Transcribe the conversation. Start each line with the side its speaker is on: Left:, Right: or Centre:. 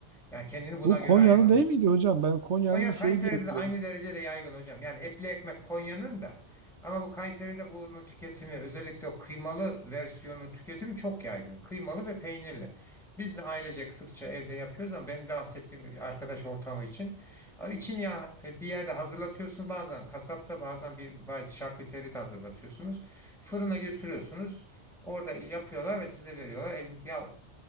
Centre: Yani kendini buna
Right: Bu
Centre: göre
Right: Konya'nın
Centre: ayarlamış.
Right: değil miydi hocam? Ben Konya'nın
Centre: Konya
Right: şeyi
Centre: Kayseri'de
Right: diye biliyorum.
Centre: de aynı derecede yaygın hocam. Yani etli ekmek Konya'nın da ama bu Kayseri'de bunun tüketimi özellikle o kıymalı versiyonun tüketimi çok yaygın. Kıymalı ve peynirli. Biz de ailecek sıkça evde yapıyoruz ama benim de bahsettiğim bir arkadaş ortamı için. al için ya e, bir yerde hazırlatıyorsunuz bazen kasapta bazen bir bazı şarküteri de hazırlatıyorsunuz. Fırına götürüyorsunuz. Orada yapıyorlar ve size veriyorlar. Eliniz ya